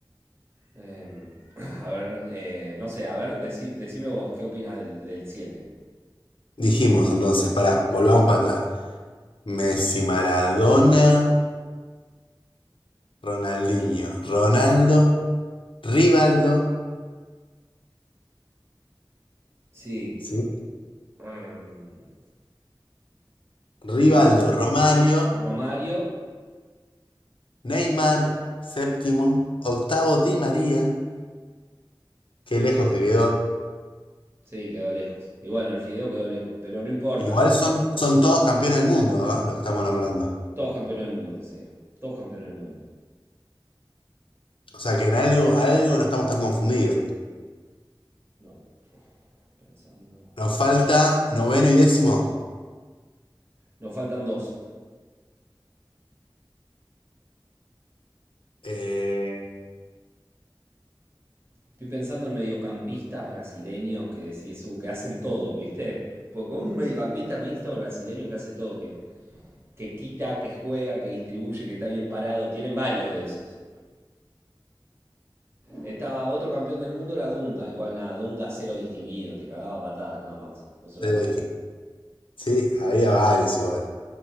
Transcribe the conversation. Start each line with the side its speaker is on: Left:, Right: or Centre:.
Right: Em, <clears throat> a ver, eh, no sé, a ver, deci- decime vos, ¿qué opinas del, del siete
Left: Dijimos entonces, pará, volvamos para atrás. Messi, Maradona, Ronaldinho, Ronaldo, Rivaldo.
Right: Sí,
Left: Sí.
Right: Em,
Left: Rivaldo,
Right: y Ro-
Left: Romario,
Right: Romario,
Left: Neymar, séptimo, octavo Di María, qué lejos que quedó.
Right: sí, quedó lejos. Y bueno, el Fideo quedó lejos, pero no importa.
Left: Igual son, son todos campeones del mundo, ¿ah? Los que estamos nombrando.
Right: Todos campeones del mundo, sí. Todos campeones del mundo.
Left: O sea que en algo, algo no estamos tan confundidos.
Right: No, pensando.
Left: Nos falta noveno y décimo.
Right: Nos faltan dos.
Left: Eh,
Right: Estoy pensando en mediocampistas brasileños que decís, uh, que hacen todo, ¿viste? Porque con un mediocampista mixto brasileño que hace todo, que, que quita, que juega, que distribuye, que está bien parado, tienen varios de esos. Estaba otro campeón del mundo, era Dunga. Igual nada, Dunga cero distinguido, te cagaba patadas nada más. Eso era
Left: se lo
Right: todo.
Left: Sí, había varios igual.